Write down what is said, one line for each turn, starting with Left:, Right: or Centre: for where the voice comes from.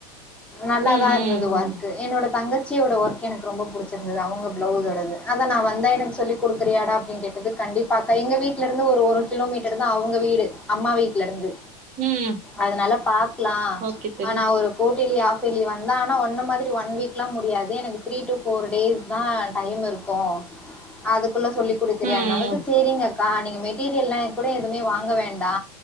Centre: நல்லாதாருந்தது
Right: ம் ம்
Centre: வொர்க்கு என்னோட தங்க சச்சியோட ஒர்க் எனக்கு ரொம்ப புடிச்சிருந்தது அவங்க பிளவுஸோடது அதா நா வந்தா எனக்கு சொல்லி குடுக்குறியாடா அப்டின் கேட்டதுக்கு கண்டிப்பாக்கா எங்க வீட்லருந்து ஒரு ஒரு கிலோமீட்டர்தா அவங்க வீடு அம்மா வீட்லருந்து
Right: ம் ம்.
Centre: அதனால பா க்லா
Right: ஓகே தோழி
Centre: ஆனா ஒரு கோட்டிலி ஆஃப் ஆஃப்பெலி வந்தா ஆனா ஒன்ன மாதிரி ஒன் வீக்லா முடியாது எனக்கு த்ரீ டூ ஃபோர் டேஸ்தா டைமிருக்கு அது குள்ள சொல்லி குடுக்ககுறியான்னதுக்கு
Right: ம்
Centre: செரிங்கக்கா நீங்க மெட்டீரியல்லா கூட எதுமே வாங்க வேண்டா